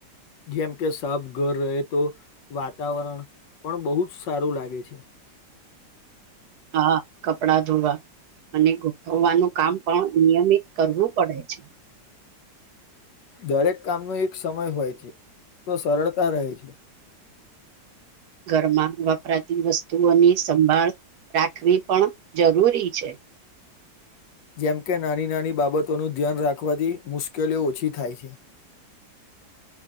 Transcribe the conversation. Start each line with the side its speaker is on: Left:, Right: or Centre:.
Left: જેમ કે સાફ ઘર રહે તો વાતાવરણ પણ બહુ જ સારું લાગે છે.
Right: હા. કપડા ધોવા અને ગોઠવવાનું કામ પણ નિયમિત કરવું પડે છે.
Left: દરેક કામનો એક સમય હોય છે. તો સરળતા રહે છે.
Right: ઘરમાં વપરાતી વસ્તુઓની સંભાળ રાખવી પણ જરૂરી છે.
Left: જેમકે નાની-નાની બાબતોનું ધ્યાન રાખવાથી મુશ કેલીઓ ઓછી થાય છે.